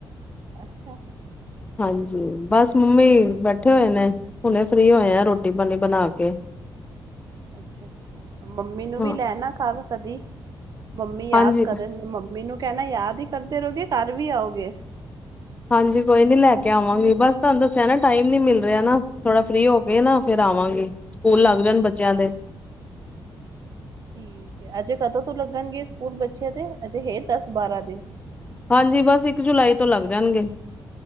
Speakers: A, on the right (about 50°); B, on the left (about 15°).
A: ਅੱਛਾ
B: ਹਾਂਜੀ, ਬਸ ਮੰਮੀ ਬੈਠੇ ਹੋਏ ਨੇ। ਹੁਣੇ ਫ੍ਰਰੀ ਹੋਏ ਆ ਰੋਟੀ- ਪਾਣੀ ਬਣਾ ਕੇ।
A: ਅੱਛਾ-ਅੱਛਾ, ਮੰਮੀ ਨੂੰ
B: ਹਾਂ
A: ਵੀ ਲੈ ਨਾ ਘਰ ਕਦੀ ਮੰਮੀ ਯਾਦ
B: ਹਾਂਜੀ
A: ਕਰਨ ਨੇ ਮੰਮੀ ਮੈਨੂੰ ਕਹਿਣਾ ਯਾਦ ਹੀ ਕਰਦੇ ਰਹੋਗੇ ਘਰ ਵੀ ਆਓਗੇ।
B: ਹਾਂਜੀ, ਕੋਈ ਨੀ ਲੈ ਕੇ ਆਵਾਂਗੇ ਬਸ ਤੁਹਾਨੂੰ ਦੱਸਿਆ ਨਾ ਟਾਈਮ ਨੀ ਮਿਲ ਰਿਹਾ ਨਾ ਥੋੜਾ ਫਰੀ ਹੋ ਕੇ ਨਾ ਫੇਿਰ ਆਵਾਂਗੇ। ਸਕੂਲ
A: ਹਮ
B: ਲੱਗ ਜਾਣ ਬੱਚਿਆਂ ਦੇ।
A: ਠੀਕ ਹੈ, ਅਜੇ ਕਦੋਂ ਤੋਂ ਲੱਗਣਗੇ ਸਕੂਲ ਬੱਚਿਆਂ ਦੇ? ਅਜੇ ਹੇ ਦਸ-ਬਾਰਾਂ ਦਿਨ।
B: ਹਾਂਜੀ, ਬਸ ਇੱਕ ਜੁਲਾਈ ਤੋਂ ਲੱਗ ਜਾਣਗੇ।